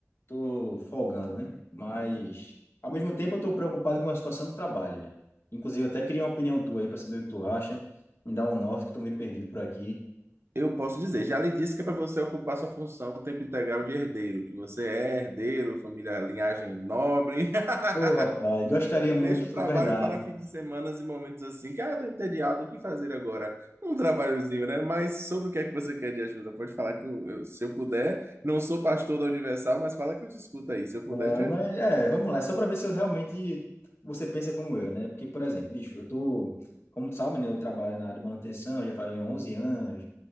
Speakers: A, on the left (about 50°); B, on the right (about 50°).
A: tô folgando, né? Mas, ao mesmo tempo, eu tô preocupado com a situação do trabalho, velho. Inclusive, eu até queria uma opinião tua aí pra saber o que tu acha. Me dá um norte, que eu tô meio perdido por aqui.
B: Eu posso dizer, já lhe disse que é para você ocupar sua função o tempo integral de herdeiro, que você é herdeiro, família, linhagem nobre. <laughs>
A: Ô, rapaz, gostaria muito
B: Deixa
A: de
B: o trabalho
A: tudo verdade.
B: para fins de semanas e momentos assim. Cara, tô entediado, o que fazer agora? Um trabalhozinho, né? Mas sobre o que é que você quer de ajuda? Pode falar que eu, eu- se eu puder, não sou pastor da Universal, mas fala que eu te escuto aí. Se eu puder,
A: É,
B: eu te
A: mas,
B: ajudo.
A: é, vamos lá, só para ver se eu realmente você pensa como eu, né? Porque, por exemplo, bicho, eu tô, como tu sabe, né? Eu trabalho na área de manutenção, já faz 11 anos.